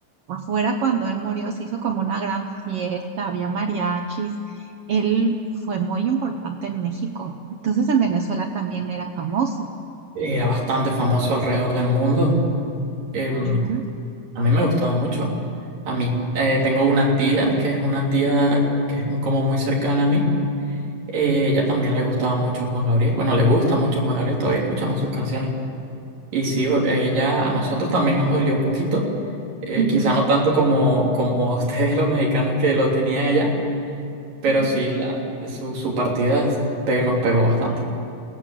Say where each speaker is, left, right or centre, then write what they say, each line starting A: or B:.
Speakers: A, on the right; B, on the right.
A: Afuera, cuando él murió, se hizo como una gran fiesta, había mariachis. Él fue muy importante en México. Entonces, en Venezuela también era famoso.
B: era bastante famoso alrededor del mundo. Em,
A: Mira.
B: a mí me gustaba mucho. A mí, eh, tengo una tía que es una tía que es mu- como muy cercana a mí. Eh, ella también le gustaba mucho Juan Gabriel. Bueno, le gusta mucho Juan Gabriel, todavía escuchamos sus canciones. Y sí, o- a ella, a nosotros también nos dolió un poquito. Eh,
A: Ujú,
B: quizá no tanto como, como a ustedes <laughs> los mexicanos que lo tenían allá, pero
A: ujú.
B: sí la, su, su partida es- pe- nos pegó bastante.